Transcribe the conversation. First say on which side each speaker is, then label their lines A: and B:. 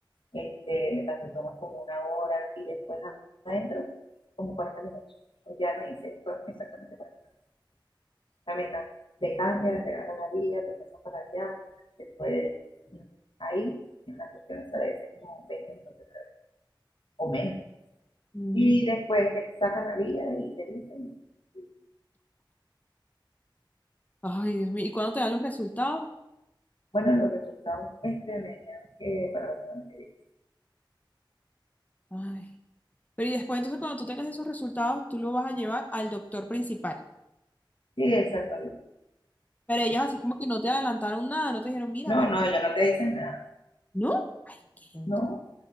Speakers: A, on the left; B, on the left.
A: este, mientras te tomas como una hora y después adentro, como 40 minutos. Pues ya me hice, fueron exactamente 40 minutos. O sea, mientras te cambias, te ganas la vida, te pasas para allá, después no, ahí, en la cuestión esa debe ser como 20 minutos o menos.
B: Mm.
A: Y después te sacan la vida y te dicen, y,
B: Ay, Dios mío. ¿Y cuándo te dan los resultados?
A: bueno, los resultados este, me dijeron que para la semana que viene.
B: Ay. Pero y después, entonces, cuando tú tengas esos resultados, tú lo vas a llevar al doctor principal.
A: Sí, exacto
B: Pero ellos así como que no te adelantaron nada, no te dijeron, mira,
A: No,
B: bueno,
A: no, ellos no te dicen nada.
B: no. Ay, qué. no
A: No,
B: te-